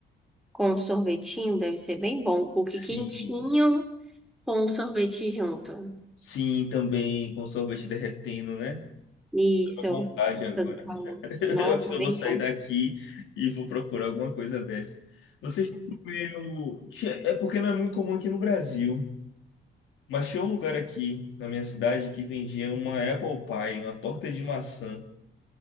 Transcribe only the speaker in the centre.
com um sorvetinho deve ser bem bom. Um Cookie
quentinho com um sorvete junto.
Isso.
Tanto calor.
Nossa,
bem
bom.